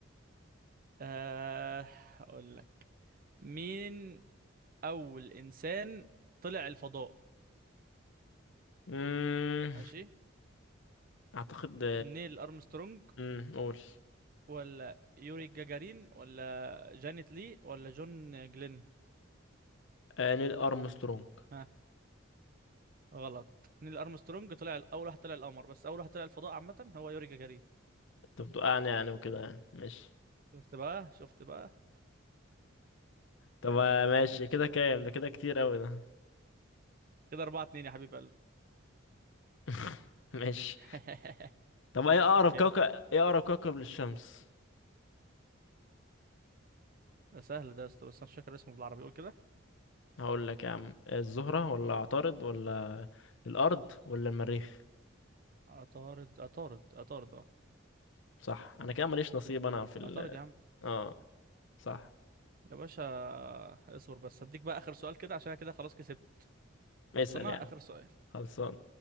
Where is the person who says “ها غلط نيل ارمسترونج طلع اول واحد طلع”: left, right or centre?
Right